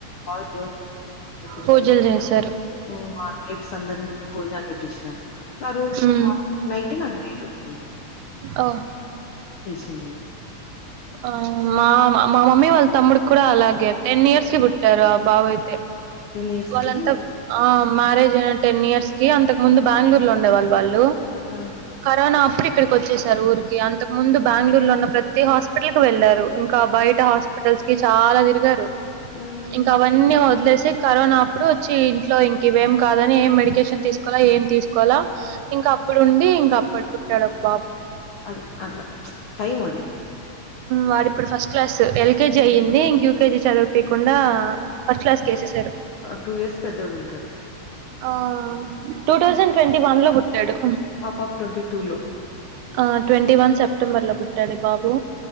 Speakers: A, on the left; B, on the right.
A: బాగా దేవున్ని కొలిపించుకొని
B: పూజలు చేశారు
A: ఉ మర్ మేట్స్ అందరిని పిల్చ్ భోజనాలు పెట్టించినాం ఆ రోజుకు
B: ఉమ్
A: మార్నింగ్ నైటే నాకు డేట్ వచ్చింది
B: ఓ
A: చెందినా <unintelligible>
B: ఆ మా మా మమ్మీ వాళ్ళ తమ్ముడికి కూడా అలాగే టెన్ ఇయర్స్ కి పుట్టారు ఆ బాబు అయితే.
A: ఇయర్స్‌కి
B: వాళ్ళంతాకు ఆ మ్యారేజ్ అయిన టెన్ ఇయర్స్ కి అంతకు ముందు బెంగళూరులో ఉండేవాళ్ళు వాళ్ళు,
A: ఆహ్,
B: కరోనా అప్పుడు ఇప్ ఇక్కడికి వచ్చేసారు ఊరికి అంతకు ముందు బ్యంగళూరులో ఉన్న ప్రతి హాస్పిటల్ కి వెళ్లారు. ఇంకా బయట హాస్పిటల్ హాస్పిటల్ కి చాలా తిరిగారు
A: హ్మ్.
B: ఇంకా అవన్నీ వదిలేసి కరోనా అప్పుడు వచ్చి ఇంట్లో ఇంకెవిమి కాదని ఏం మెడికేషన్ తీసుకోవాలా ఏం తీసుకోవాలా ఇంకా అప్ అప్పుడు ఉండి ఇంకా అప్పడు పుట్టాడు ఒక బాబు.
A: అది అట్లా టైమ్ అది
B: వాడు ఇప్పుడు ఫస్ట్ క్లాస్ ఎల్కేజీ అయ్యింది ఇంక యూకేజీ చదివిపికుండా ఫస్ట్ క్లాస్ కి కేసేసారు.
A: టూ ఇయర్స్ పెద్దోడు ఉంటాడు
B: ఆ టూ థౌజండ్ ట్వంటీ వన్ లో పుట్టాడు
A: మా పాప ట్వంటీ టూ లో
B: ఆ ట్వంటీ వన్ సెప్టెంబర్ లో పుట్టాడు బాబు